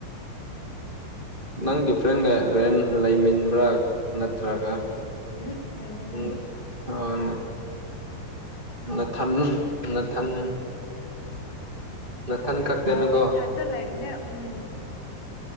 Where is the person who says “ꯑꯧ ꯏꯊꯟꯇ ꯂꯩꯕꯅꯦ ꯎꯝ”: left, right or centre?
Left